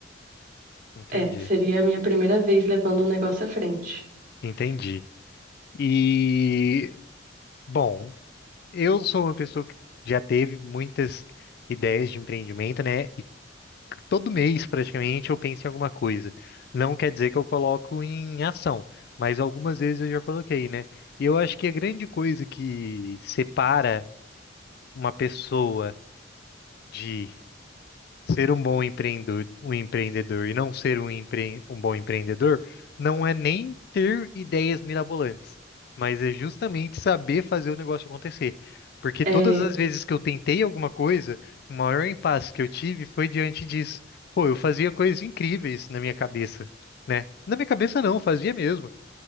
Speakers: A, on the left; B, on the right.
A: entendi.
B: é, seria a minha primeira vez levando o negócio à frente.
A: Entendi. E, bom, eu sou uma pessoa que já teve muitas ideias de empreendimento, né? todo mês praticamente eu penso em alguma coisa. Não quer dizer que eu coloco em ação, mas algumas vezes eu já coloquei, né? E eu acho que a grande coisa que separa uma pessoa de Ser um bom empreendedor, um empreendedor e não ser um, empre, um bom empreendedor não é nem ter ideias mirabolantes, mas é justamente saber fazer o negócio acontecer. Porque todas
B: É,
A: as vezes que eu tentei alguma coisa, o maior impasse que eu tive foi diante disso. Pô, eu fazia coisas incríveis na minha cabeça, né? Na minha cabeça não, fazia mesmo.